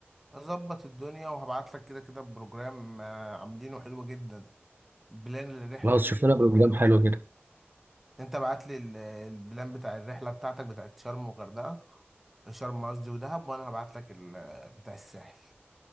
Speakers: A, in the centre; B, on the right.
A: اظبط الدنيا وهبعت لك كده كده بروجرام آه، عاملينه حلو جدا بلان للرحله
B: خلاص
A: دي
B: شفنا
A: هتبقى
B: لنا بروجرام
A: حلو
B: حلو
A: جدا
B: كده
A: انت بعت لي ال- البلان بتاع الرحله بتاعتك بتاعت شرم وغردقه شرم قصدي ودهب وانا هبعت لك ال- بتاع الساحل